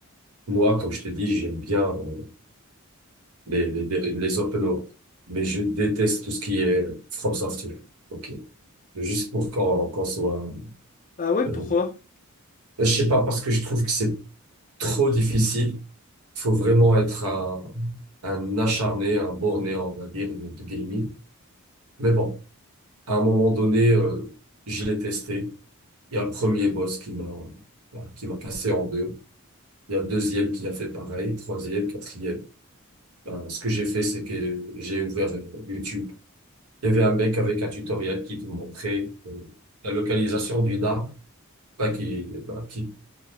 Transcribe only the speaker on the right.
Moi, comme je t'ai dit, j'aime bien euh, les, les, les open world, mais je déteste tout ce qui est From Software. OK. Juste pour qu'on qu'on soit...
euh,
je sais pas, parce que je trouve que c'est trop difficile. Faut vraiment être un, un acharné, un borné, on va dire, de de gaming Mais bon, à un moment donné, euh, je l'ai testé. Il y a le premier boss qui m'a voilà, qui m'a cassé en deux. Il y a le deuxième qui a fait pareil, troisième, quatrième. Ben, ce que j'ai fait, c'est que j'ai ouvert euh, YouTube. Il y avait un mec avec un tutoriel qui te montrait euh, la localisation d'une arme, ben, qui, ben, qui,